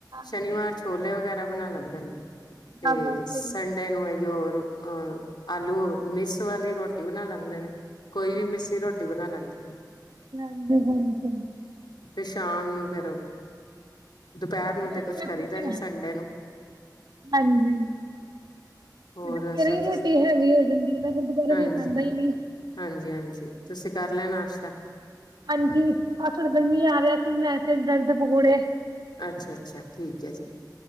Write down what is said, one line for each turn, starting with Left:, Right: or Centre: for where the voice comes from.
Left: ਸ਼ਨੀਵਾਰ
Right: ਸੇਮ
Left: ਛੋਲੇ ਵਗੈਰਾ ਬਣਾ ਲੈਂਦੇ ਨੇ ਤੇ
Right: ਬਸ ਸੇਮ
Left: ਸੰਡੇ ਨੂੰ ਇਹਯੇ ਹੋਰ ਅਹ ਆਲੂ ਮਿਸ ਵਾਲੀ ਰੋਟੀ ਬਣਾ ਲੈਂਦੇ ਨੇ ਕੋਈ ਵੀ ਮਿੱਸੀ ਰੋਟੀ ਬਣਾ ਲੈਂਦੇ ਨੇ
Right: ਹਦੇ ਹਾਂਜੀ <unintelligible>
Left: ਤੇ ਸ਼ਾਮ ਨੂੰ ਫੇਰ
Right: <inaudible>
Left: ਦੁਪਹਿਰ ਨੂੰ ਤੇ ਕੁਛ ਕਰੀਦਾ ਨੀ ਸੰਡੇ ਨੂੰ
Right: ਹਾਂਜੀ
Left: ਹੋਰ
Right: ਦੁਪਹਿਰੇ
Left: ਦੱਸੋ ਤੁਸੀਂ
Right: ਰੋਟੀ ਹੈਵੀ ਹੋ ਜਾਂਦੀ ਨਾ ਦੁਬਾਰਾ
Left: ਹਾਂਜੀ,
Right: ਕੋਈ ਖਾਂਦਾ ਹੀ ਨਹੀਂ
Left: ਹਾਂਜੀ, ਹਾਂਜੀ ਤੁਸੀਂ ਕਰ ਲਿਆ ਨਾਸ਼ਤਾ
Right: <inaudible> ਹਾਂਜੀ ਆ ਫਿਰਦ ਮੀਆ ਰਿਹਾ ਸੀਿਰ ਹਨੂੰ ਐਸੇ ਦਰਦ ਪਕੂੜੇ
Left: ਅੱਛਾ ਅੱਛਾ ਠੀਕ ਹੈ ਜੀ